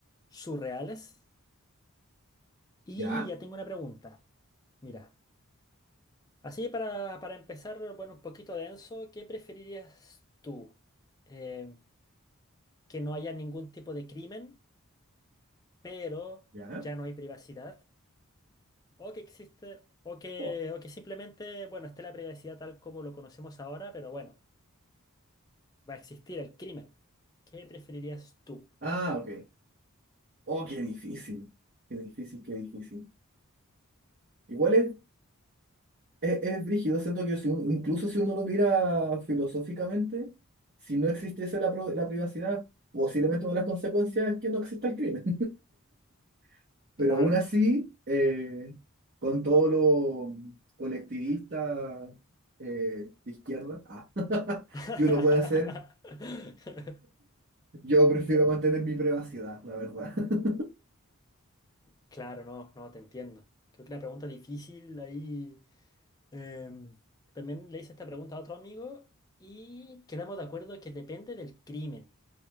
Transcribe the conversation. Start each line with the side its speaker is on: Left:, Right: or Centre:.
Left: surreales. Y
Right: ¿Ya?
Left: ya tengo una pregunta. Mira, así para, para empezar, bueno, un poquito denso, ¿qué preferirías tú? Em, ¿que no haya ningún tipo de crimen? pero
Right: ¿Ya?
Left: ya no hay privacidad, o que existe, o que,
Right: Oh.
Left: o que simplemente, bueno, esté la privacidad tal como lo conocemos ahora, pero bueno, va a existir el crimen. ¿Qué preferirías tú?
Right: Ah, ok. Oh, qué difícil. Qué difícil, qué difícil. Igual es, es, es brígido, siento que si un- incluso si uno lo mira filosóficamente, si no existiese la, pro- la privacidad, posiblemente una de las consecuencias es que no exista el crimen. <laughs>
Left: Claro.
Right: Pero aún así, eh, con todo lo colectivista eh, de izquierda, ah, <laughs>
Left: <laughs>
Right: que uno puede hacer Yo prefiero mantener mi privacidad, la verdad. <laughs>
Left: Claro, no, no, te entiendo. Creo que una pregunta difícil ahí. em, también le hice esta pregunta a otro amigo y quedamos de acuerdo que depende del crimen.